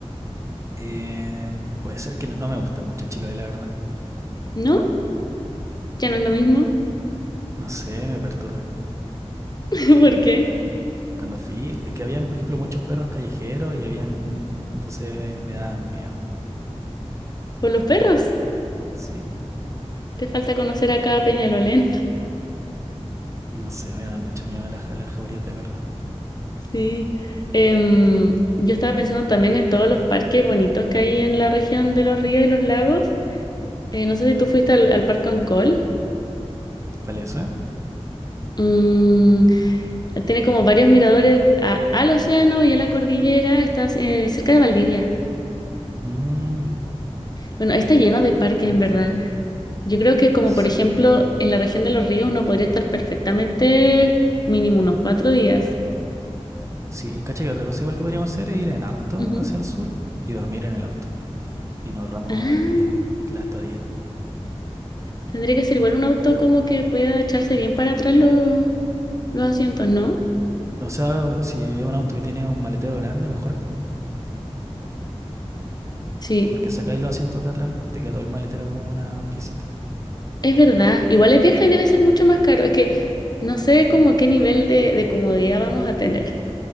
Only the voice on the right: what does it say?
Eh, puede ser que no, no me gusta mucho Chiloé, la verdad.
No sé, me perturba.
Cuando fui, es que habían, por ejemplo, muchos perros callejeros y habían... Entonces me daban miedo.
Sí,
no sé, me dan mucho miedo las, las jaurías de perros.
¿Cuál es esa?
Mmm,
creo
que no
fui.
Sí.
Sí, cacha que otra cosa igual que podríamos hacer es ir en auto
hacia el sur y dormir en el auto. Y nos ahorramos
el, la estadía.
O sea, si es un auto que tiene un maletero grande, mejor, po,
porque sacáis los asientos de atrás y te queda todo el maletero como una piecita.